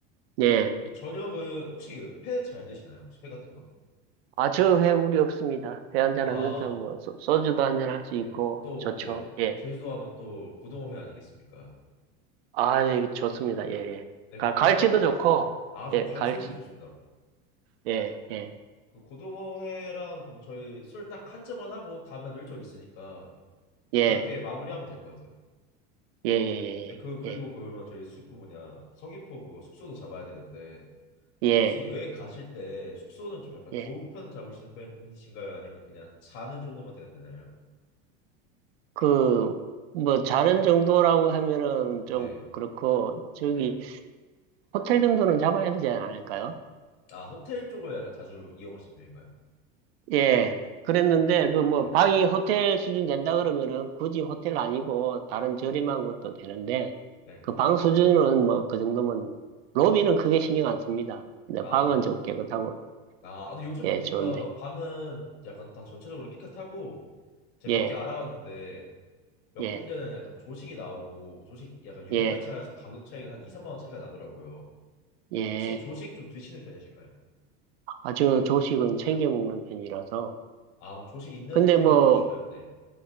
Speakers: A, on the right; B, on the left.
A: 예.
B: 네, 저녁은 혹시 회 잘 드시나요? 혹시 회 같은 거?
A: 아, 저 회 무리 없습니다. 회 한잔
B: 아,
A: 하면서 뭐 소, 주도 한잔 할 수 있고
B: 네. 또,
A: 좋죠.
B: 네.
A: 예.
B: 제주도 하면 또 고등어회 아니겠습니까?
A: 아, 예, 좋습니다. 예, 예.
B: 네, 그럼
A: 가,
B: 고등어,
A: 갈치도 좋고,
B: 아, 좀
A: 예,
B: 갈치회도
A: 갈치,
B: 좋습니다.
A: 예, 예,
B: 그 고등어회랑 그럼 저희 술 딱 한 잔만 하고 다음날도 일정 있으니까
A: 예,
B: 그렇게 마무리하면 될 것 같아요.
A: 예, 예,
B: 네, 그, 그리고
A: 예, 예,
B: 그러면 저희 숙, 그 뭐냐, 서귀포 그거 숙소도 잡아야 되는데
A: 예, 예.
B: 혹시 여행 가실 때 숙소는 좀 약간
A: 예.
B: 좋은 편 잡으시는 편이신가요? 아니면 그냥 자는 정도만 되는 되나요?
A: 그, 뭐, 자는 정도라고 하면은 좀
B: 네,
A: 그렇고, 저기,
B: 네.
A: 호텔 정도는 잡아야 되지 않을까요?
B: 아, 호텔 쪽을 약간 자주 이용하시는 편인가요?
A: 예. 그랬는데,
B: 음,
A: 그 뭐,
B: 네,
A: 방이 호텔 수준 된다 그러면은 굳이 호텔 아니고 다른 저렴한 것도 되는데,
B: 네.
A: 그 방 수준은 뭐, 그 정도면, 로비는 크게 신경 안 씁니다. 근데
B: 아,
A: 방은 좀 깨끗하고,
B: 아, 아, 근데 요즘
A: 예,
B: 보니까
A: 좋은데.
B: 방은 약간 다 전체적으로 깨끗하고 제가
A: 예,
B: 몇 개 알아봤는데 몇
A: 예,
B: 군데는 약간 조식이 나오고 조식 약간 유무에
A: 예,
B: 차여서 가격 차이가 한 2, 3만 원 차이가 나더라고요.
A: 예.
B: 혹시 조식 좀 드시는 편이신가요?
A: 아주 조식은 챙겨 먹는 편이라서.
B: 아, 그럼 조식 있는
A: 근데
B: 호텔이
A: 뭐,
B: 좋으실까요? 네.